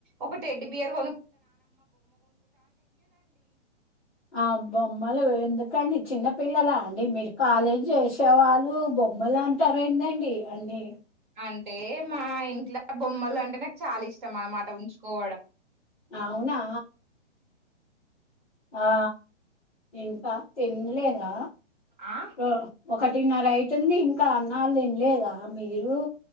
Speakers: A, on the right (about 40°); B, in the centre.
A: ఒక టెడ్డి బియర్
B: ఆబ్బ బొమ్మలు వేర్ ఎందుకండి చిన్న పిల్లలా అండి మీరు కాలేజీ చేసేవాళ్ళు బొమ్మలు అంటారు ఏంటండి అండి
A: అంటే మా ఇంట్లో బొమ్మలు అంటే నాకు చాలా ఇష్టం అనమాట ఉంచుకొ
B: అవునా ఆ ఇంకా తినలేదా
A: ఆ
B: ఓ ఒకటిన్నర అయితుంది ఇంకా అన్నళ్లు తినలేదా మీరు